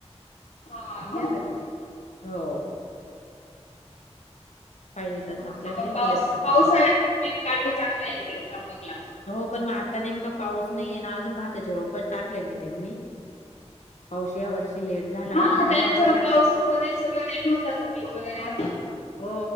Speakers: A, on the left; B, on the left.
A: हा का
B: तेत
A: म्हणजे
B: ते हो. पाहिजे तसं आपल्याला
A: ते मग
B: देऊन
A: पाऊस
B: देता.
A: पावसाळ्यात पिक काढणं चांगलं आहे, तिकडे त्रंबकला.
B: हो पण मग आता नेमका पाऊस नाहीये ना. अजून भाताचे रोप टाकले नाही त्यांनी. पाऊस या वर्षी लेट झाला
A: हा
B: ना
A: त्यांच
B: या वर्षी आता
A: पावसामध्ये सगळं दे भाताच पीक वगैरे
B: हो